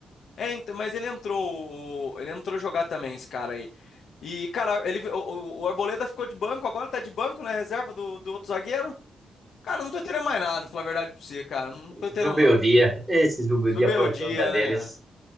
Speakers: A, on the left; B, on the right.
A: É, então, mas ele entrou. Ele entrou jogar também, esse cara aí. E, cara, ele, o, o o Arboleda ficou de banco, agora tá de banco na reserva do, do outro zagueiro. Cara, não tô entendendo mais nada, pra falar a verdade pra você, cara. Não tô
B: Zumbi
A: entendendo, não.
B: o dia. Esses zumbi
A: Zubeldia,
B: o dia aprontando a deles.
A: né,